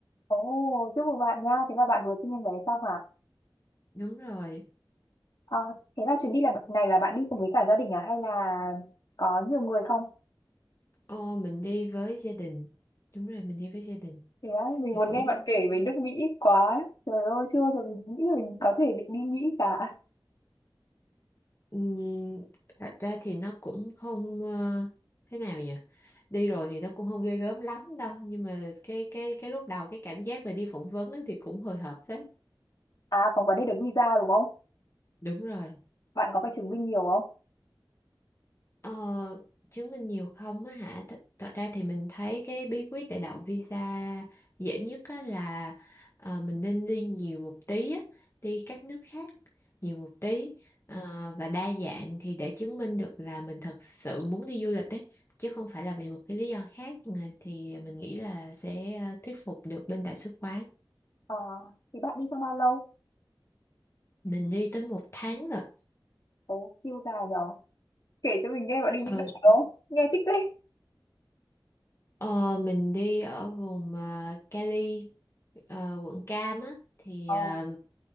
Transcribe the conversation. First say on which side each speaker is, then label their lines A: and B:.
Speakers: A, on the left; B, on the left.
A: Ồ, chúc mừng bạn nha. Thế là bạn vừa sinh em bé xong hả
B: đúng rồi
A: Ờ, thế là chuyến đi là này là bạn đi cùng với cả gia đình à hay là có nhiều người không?
B: ô mình đi với gia đình đúng rồi mình đi với gia đình
A: Thế á, mình
B: thì
A: muốn
B: cũng
A: nghe bạn kể về nước Mỹ quá. Trời ơi, chưa bao giờ mình nghĩ là mình có thể định đi Mỹ cả.
B: Ừm, thật ra thì nó cũng không ờ, thế nào nhỉ đi rồi thì nó cũng không ghê gớm lắm đâu nhưng mà cái cái cái lúc đầu cái cảm giác mà đi phỏng vấn ấy thì cũng hồi hộp phết
A: À, còn vấn đề được visa đúng không?
B: đúng rồi
A: Bạn có phải chứng minh nhiều không?
B: Ờ, chứng minh nhiều không á hả? Th thật ra thì mình thấy cái bí quyết để đậu visa dễ nhất á là ờ, mình nên đi nhiều một tí á, đi các nước khác nhiều một tí ờ, và đa dạng thì để chứng minh được là mình thật sự muốn đi du lịch ấy, chứ không phải là vì một cái lý do khác Ờ, thì mình nghĩ là sẽ ờ, thuyết phục được bên đại sứ quán.
A: Ờ, thế bạn đi trong bao lâu?
B: Mình đi tới một tháng rồi.
A: Ồ, siêu dài nhở. kể cho mình nghe bạn đi những
B: Ừ,
A: đâu đó nghe thích thế
B: Ờ, mình đi ở vùng ờ, Cali ờ, quận Cam á thì
A: Ờ,
B: ờ,